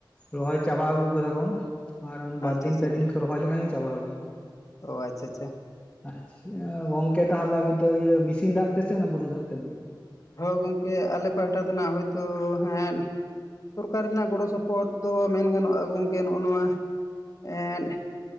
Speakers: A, on the left (about 15°); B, on the left (about 45°).
A: ᱨᱚᱦᱚᱭ ᱪᱟᱵᱟ, ᱟᱹᱜᱩ ᱟᱠᱟᱫᱟ ᱠᱚ ᱾ ᱟᱨ ᱵᱟᱨ
B: ᱟᱪᱪᱷᱟ
A: ᱫᱤᱱ, ᱯᱮ ᱫᱤᱱ ᱠᱚ, ᱨᱚᱦᱚᱭ ᱞᱮᱠᱷᱟᱱ ᱪᱟᱵᱟ ᱦᱩᱣᱟᱲᱚᱜᱼᱟ ᱾
B: ᱚᱻ ᱟᱪᱪᱟ ᱪᱪᱟ ᱾
A: ᱟᱪᱪᱷᱟ ᱜᱚᱝᱠᱮ, ᱛᱟᱦᱚᱞᱮ ᱟᱯᱮ ᱫᱚ, ᱤᱭᱟᱹ ᱢᱮᱥᱤᱱ ᱫᱟᱜ ᱛᱮᱥᱮ, ᱵᱩᱨᱩ ᱫᱟᱜ ᱛᱮ?
B: ᱦᱳᱭ ᱜᱚᱢᱠᱮ, ᱟᱞᱮ ᱯᱟᱦᱴᱟ ᱫᱚ ᱱᱷᱟᱜ ᱦᱳᱭ ᱛᱳ, ᱦᱮᱸᱻᱫ ᱥᱚᱨᱠᱟᱨ ᱨᱮᱱᱟᱜ ᱜᱚᱲᱚ, ᱥᱚᱯᱚᱦᱚᱫ ᱫᱚ, ᱢᱮᱱ ᱜᱟᱱᱚᱜᱼᱟ, ᱜᱚᱢᱠᱮ, ᱱᱚᱜ ᱱᱚᱣᱟ, ᱮᱸᱫ